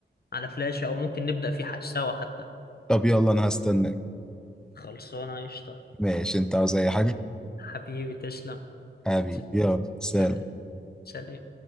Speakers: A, on the left; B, in the centre.
A: على فلاشة او ممكن نبدأ فيه حش- سوا حتى
B: طب يلا انا هستناك
A: خلصانة قشطة
B: ماشي انت عاوز اي حاجة
A: حبيبي تسلم
B: حبيبي
A: س-
B: يلا سلام
A: س- سلام